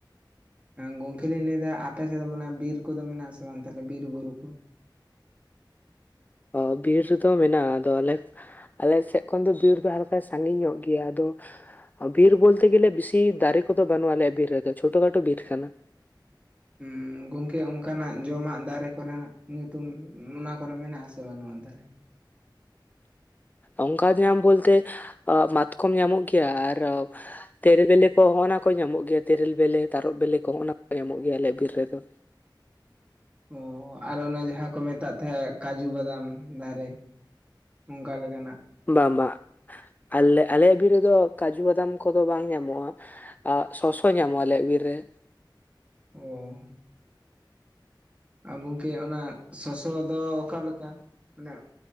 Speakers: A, on the right; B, on the left.
A: ᱜᱚᱝᱠᱮ ᱞᱤᱧ ᱞᱟᱹᱭᱫᱟ ᱟᱯᱮ ᱥᱮᱫ ᱫᱚ ᱢᱟᱱᱮ ᱵᱤᱨ ᱠᱚᱫᱚ ᱢᱮᱱᱟᱜ ᱟᱥᱮ ᱵᱟᱝ ᱛᱟᱦᱚᱞᱮ ᱵᱤᱨ ᱵᱩᱨᱩ ᱠᱚ?
B: ᱚ ᱵᱤᱨ ᱨᱮᱫᱚ ᱢᱮᱱᱟᱜᱼᱟ ᱟᱫᱚ ᱟᱞᱮᱻ ᱟᱞᱮ ᱥᱮᱫ ᱠᱷᱚᱱ ᱫᱚ ᱵᱤᱨ ᱫᱚ ᱦᱟᱞᱠᱟ ᱥᱟᱺᱜᱤᱧ ᱧᱚᱜ ᱜᱮᱭᱟ ᱟᱫᱚᱼᱼ ᱵᱤᱨ ᱵᱚᱞᱛᱮ ᱜᱮᱞᱮ ᱵᱤᱥᱤ ᱫᱟᱨᱮ ᱠᱚᱫᱚ ᱵᱟᱹᱱᱩᱜᱼᱟ ᱟᱞᱮᱭᱟᱜ ᱵᱤᱨ ᱨᱮᱫᱚ ᱪᱷᱳᱴᱚ ᱠᱷᱟᱴᱳ ᱵᱤᱨ ᱠᱟᱱᱟ ᱾
A: ᱦᱩᱸ᱾ ᱜᱚᱝᱠᱮ ᱚᱱᱠᱟᱱᱟᱜ ᱡᱚᱢᱟᱜ ᱫᱟᱨᱮ ᱠᱚᱨᱮᱱᱟᱜ ᱧᱩᱛᱩᱢ ᱚᱱᱟ ᱠᱚᱨᱮ ᱢᱮᱱᱟᱜᱼᱟ ᱟᱥᱮ ᱵᱟᱹᱱᱩᱜᱼᱟ ᱛᱟᱦᱞᱮ?
B: ᱚᱱᱠᱟ ᱧᱟᱢ ᱵᱚᱞᱛᱮ ᱢᱟᱛᱠᱚᱢ ᱧᱟᱢᱚᱜ ᱜᱮᱭᱟ ᱟᱨᱻ ᱛᱮᱨᱮᱞ ᱵᱮᱞᱮ ᱠᱚ ᱦᱚᱸᱜᱼ ᱚᱱᱟ ᱠᱚ ᱧᱟᱢᱚᱜ ᱜᱮᱭᱟ ᱛᱮᱨᱮᱞ ᱵᱮᱞᱮ ᱛᱟᱨᱚᱵ ᱵᱮᱞᱮ ᱠᱚ ᱦᱚᱸᱜᱼ ᱚᱱᱟ ᱠᱚ ᱧᱟᱢᱚᱜ ᱜᱮᱭᱟ ᱟᱞᱮᱭᱟᱜ ᱵᱤᱨ ᱨᱮᱫᱚ ᱾
A: ᱚ ᱟᱨ ᱚᱱᱟ ᱡᱟᱦᱟᱸᱠᱚ ᱢᱮᱛᱟᱸ ᱛᱟᱦᱮᱸᱫ ᱠᱟᱡᱩ ᱵᱟᱫᱟᱢ ᱫᱟᱨᱮ, ᱚᱱᱠᱟ ᱞᱮᱠᱟᱱᱟᱜ ᱾
B: ᱵᱟᱝ ᱵᱟᱝ ᱟᱞᱮ ᱟᱞᱮᱭᱟᱜ ᱵᱤᱨ ᱨᱮᱫᱚ ᱠᱟᱡᱩ ᱵᱟᱫᱟᱢ ᱠᱚᱫᱚ ᱵᱟᱝ ᱧᱟᱢᱚᱜᱼᱟ᱾ ᱥᱚᱥᱚ ᱧᱟᱢᱚᱜ-ᱟ ᱟᱞᱮᱭᱟᱜ ᱵᱤᱨ ᱨᱮ ᱾
A: ᱚ᱾ ᱜᱚᱢᱠᱮ ᱚᱱᱟ ᱥᱚᱥᱚ ᱫᱚ ᱚᱠᱟᱞᱮᱠᱟ ᱢᱟᱱᱮᱼᱼ